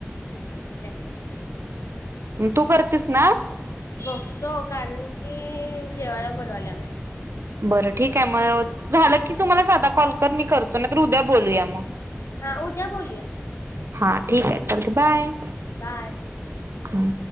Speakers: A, on the left (about 80°); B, on the right (about 60°).
A: ठीक आहे ठीक आहे
B: तू करतेस ना
A: बघतो कारण की जेवाला बोलवाल्या
B: बरं ठीक आहे मग झालं की तुम्हाला साधा कॉल कर मी करतो ना तर उद्या बोलूया मग
A: हा उद्या बोलूया
B: हा ठीक आहे चलते बाय
A: बाय
B: हम्